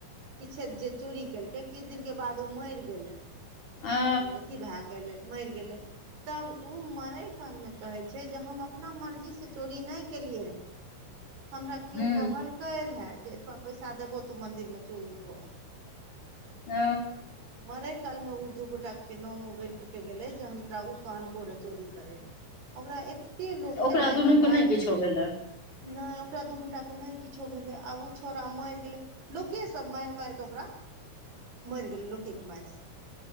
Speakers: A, on the right; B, on the left.
A: किछे जे चोरी केलकै किछु दिन के बाद ओ मरि गेलै।
B: आ
A: अथी भए गेलै मरि गेलै तब उ मरय काल में कहै छैय जे हम अपना मर्जी से चोरी नहि केलियै रहे। हमरा केओ
B: हूं
A: कहलकै रहे जे एतबा पैसा देबो तू मंदिर मे चोरी कर।
B: ओ
A: मरय कालमे ओ दू गोटाके नाम उगैलके गेलै जे हमरा ओ कहलकौ रहै चोरी करै लए। ओकरा एते लोक
B: तऽ ओकरा
A: मारि मारि
B: दुनूके
A: कऽ मारि
B: नहि किछो
A: देलकै।
B: भेलै
A: नहि ओकरा दुनू टाके नहि किछो भेलै आब ओ छौड़ा मरि गेलै। लोकेसभ मारि मारि कऽ ओकरा मरि गेलै लोकके मारिसँ।